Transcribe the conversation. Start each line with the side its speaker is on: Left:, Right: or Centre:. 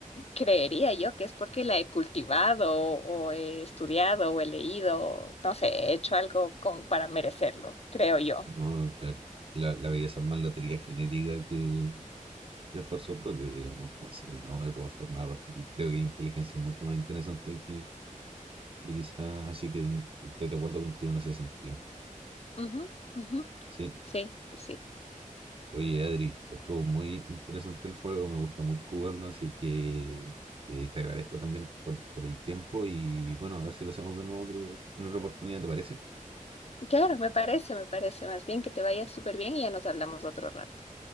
Left: creería yo que es porque la he cultivado o he estudiado o he leído, no sé, he hecho algo como para merecerlo, creo yo.
Right: No, claro. La, la belleza es más lotería genética que, que esfuerzo propio, digamos. Entonces, no, de todas formas, aparte que creo que la inteligencia es mucho más interesante que, que quizás. Así que estoy de acuerdo contigo en ese sentido.
Left: Ujú, ujú.
Right: Sí.
Left: Sí, sí.
Right: Oye, Adri, estuvo muy interesante el juego, me gusta mucho jugarlo, así que eh, te agradezco también por, por el tiempo y bueno, a ver si lo hacemos de nuevo otro- en otra oportunidad, ¿te parece?
Left: Claro, me parece, me parece. Más bien que te vaya súper bien y ya nos hablamos otro rato.